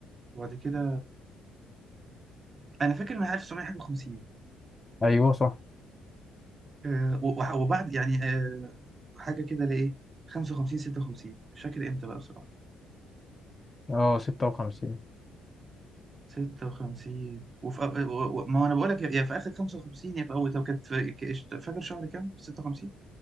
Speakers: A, on the right; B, on the left.
A: وبعد كده انا فاكر ان 1950
B: ايوه صح
A: آه و- وبعد يعني آه حاجه كده لايه 55 56 مش فاكر امتى بقى بصراحه
B: اه 56
A: 56 وفي أو... و- و- ما انا بقول لك يا في اخر 55 يا في اول طب كانت في... ك- فاكر شهر كام 56